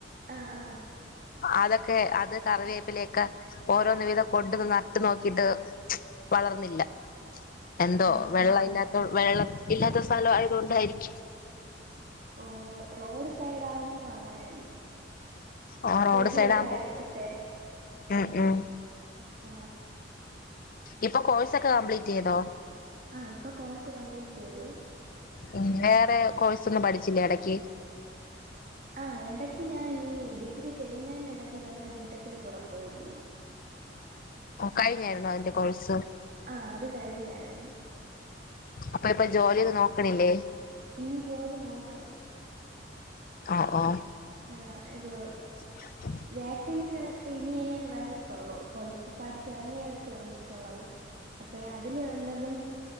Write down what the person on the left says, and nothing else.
അതൊക്കെ അത് കറിവേപ്പിലേക്കെ ഓരോന്ന് വീതം കൊണ്ടന്ന് നട്ട് നോക്കിട്ട് വളർന്നില്ല. എന്തോ
വെള്ളം
ഇല്ലാത്ത വെള്ളം ഇല്ലാത്ത സ്ഥല ആയത്കൊണ്ടായിരിക്കും
ആ റോഡ്
സൈഡ് ആകുമ്പോ
ഉം ഉം
ഇപ്പൊ കോഴ്സ് ഒക്കെ കംപ്ലീറ്റ് ചെയ്തോ
ഉ വേറെ കോഴ്സ ഒന്നും പഠിച്ചില്ലേ ഇടക്ക്
കഴിഞ്ഞായിരുന്നു അതിന്റെ കോഴ്സ്
അപ്പൊ ഇപ്പൊ ജോലിയൊന്നും നോക്ണില്ലേ
ആ ഓ
!!!!!!!!!!!!!!!!!!!!!!!